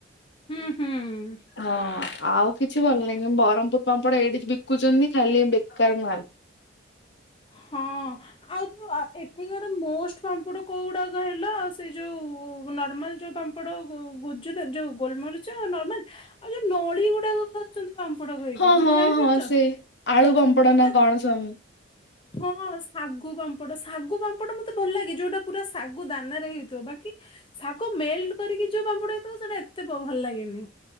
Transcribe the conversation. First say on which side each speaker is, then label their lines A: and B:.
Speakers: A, on the left; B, on the left.
A: ହୁଁ ହୁଁ।
B: ହଁ ଆଉ କିଛି ଭଲ ଲାଗିବନି ବ୍ରହ୍ମପୁର ପାମ୍ପଡ ଏଇଠି ବିକୁଛନ୍ତି ଖାଲି ବେକାର ମାଲ୍
A: ହଁ ଆଉ ଯୋ ଏଠିକାର ମୋଷ୍ଟ ପାମ୍ପୁଡ କୋଉ ଗୁଡାକ କହି ଲ ଆଉ ସେଇ ଯୋଉ ନର୍ମାଲ ଯୋଉ ପାମ୍ପଡ ଗୁଜୁ ଯୋଉ ଗୋଲମରିଚ ନର୍ମାଲ ଆଉ ଯୋଉ ନଳି ଗୁଡାକ ଖାଉଛନ୍ତି ପାମ୍ପଡ କହିକି
B: ହଁ ହଁ
A: ମାନେ ଜାଣିପାରୁଛ?
B: ହଁ ସେ ଆଳୁ ପାମ୍ପଡ
A: ମତେ
B: ନା କଣ ସ
A: ହଁ ଶାଗୁ ପାମ୍ପଡ ଶାଗୁ ପାମ୍ପଡ ମତେ ଭଲ ଲାଗେ ଯୋଉଟା ପୁରା ଶାଗୁ ଦାନାରେ ହେଇଥିବ ବାକି ଶାଗୁ ମେଲ୍ଟ କରିକି ଯୋଉ ପାମ୍ପୁଡ ହେଇଥିବ ସେଇଟା ଏତେ ଭଲ ଲାଗେନି